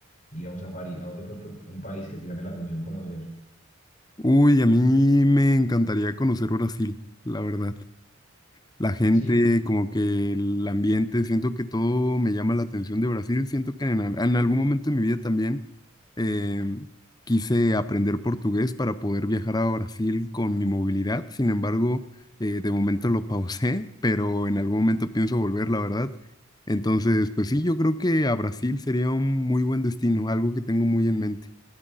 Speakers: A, on the left; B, on the left.
A: ir a un safari, a vos de pronto un país que te llame la atención conocer.
B: Uy, a mí me encantaría conocer Brasil, la verdad. La gente,
A: Sí,
B: como que el ambiente, siento que todo me llama la atención de Brasil. Siento que en, al- en algún momento de mi vida también eh, quise aprender portugués para poder viajar a Brasil con mi movilidad. Sin embargo, eh, de momento lo pausé, pero en algún momento pienso volver, la verdad. Entonces, pues sí, yo creo que a Brasil sería un muy buen destino, algo que tengo muy en mente.